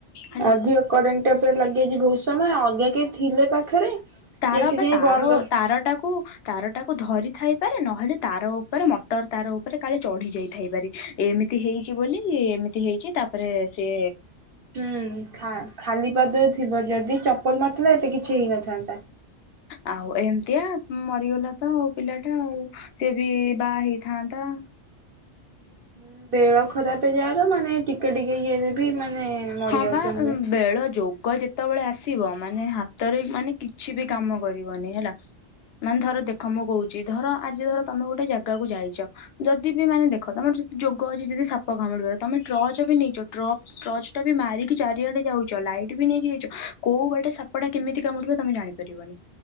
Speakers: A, on the left; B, on the right.
A: ହେଲା
B: ଅଧିକ କରେଣ୍ଟ ଟା ପ୍ରାୟ ଲାଗିଯାଇଛି ବହୁତ ସମୟ। ଅଲଗା କେହି ଥିଲେ ପାଖରେ
A: ତାର
B: ଯେମିତି
A: ପା
B: ନାଇଁ
A: ତାର
B: ବନ୍ଦ
A: ତାର ଟାକୁ ତାର ଟାକୁ ଧରିଥାଇ ପାରେ, ନହେଲେ ତାର ଉପରେ ମଟର ତାର ଉପରେ କାଳେ ଚଢି ଯାଇଥାଇ ପାରେ। ଏମିତି ହେଇଛି ବୋଲି ଏମିତି ହେଇଛି ତାପରେ ସିଏ
B: ହୁଁ ଖା-ଖାଲି ପାଦରେ ଥିବ ଯଦି ଚପଲ ମାରଥିଲା ଏତେ କି କିଛି ହେଇ ନଥାନ୍ତା।
A: ଆଉ ଏମତିଆ ମରିଗଲା ତ ଆଉ ପିଲାଟା। ଆଉ ସିଏ ବି ବାହା ହେଇ ଥାନ୍ତା।
B: ଉଁ, ବେଳ ଖରାପ ଯାାର ମାନେ ଟିକେ ଟିକେ ଇଏରେ ବି ମାନେ ମରି
A: ହଁ
B: ଯାଉଛନ୍ତି।
A: ବା ଉଁ, ବେଳ ଯୋଗ ଯେତେବେଳେ ଆସ ସିବ, ମାନେ ହାତରେ ମାନେ କିଛି ବି କାମ କରିବନି ହେଲା ମାନେ ଧର ଦେଖ ମୁଁ କହୁଚି ଧର ଆଜି ଧର ତୋମେ ଗୋଟେ ଜାଗା କୁ ଯାଇଚ। ଯଦି ବି ମାନେ ଦେଖ ତୋମର ଯଦି ଯୋଗ ଅଛି ଯଦି ସାପ କାମୁଡ଼ିବ ତୋମେ ଟ୍ରଚ ବି ନେଇଚ। ଟ୍ର ଟର୍ଚ ଟା ବି ମାରିକି ଚାରିଆଡେ ଯାଉଚ। ଲାଇଟ୍ ବି ନେଇକି ଯାଇଛ। କୋଉ ବାଟେ ସାପଟା କେମିତି କାମୁଡିବ ତୋମେ ଜାଣି ଣି ପାରିବନି।